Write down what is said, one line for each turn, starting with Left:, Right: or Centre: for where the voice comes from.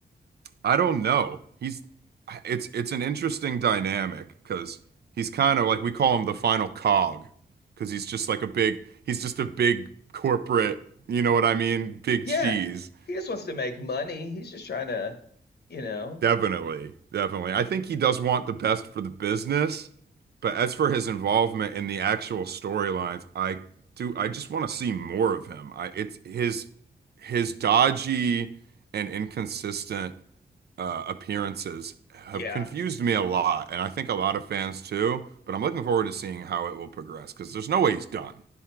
Right: I don't know. He's it's it's an interesting dynamic because he's kind of like we call him the final cog because he's just like a big he's just a big corporate, you know what I mean? Big
Left: Yeah.
Right: cheese.
Left: He just wants to make money. He's just trying to, you know.
Right: Definitely, definitely. I think he does want the best for the business, but as for his involvement in the actual storylines, I do I just want to see more of him. I it's his his dodgy and inconsistent uh, appearances have
Left: Yeah.
Right: confused me a lot, and I think a lot of fans too, but I'm looking forward to seeing how it will progress because there's no way he's done.